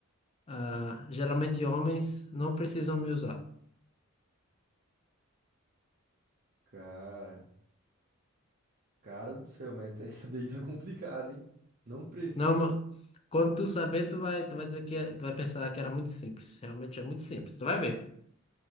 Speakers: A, on the left; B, on the right.
A: ah, geralmente homens, não precisam me usar.
B: Cara. Cara do céu, mas <laughs> tá- essa daí tá complicada, hein? Não precisam.
A: Não, ma- quando tu saber, tu vai, tu vai dizer que é- tu vai pensar que era muito simples. Realmente é muito simples. Tu vai ver.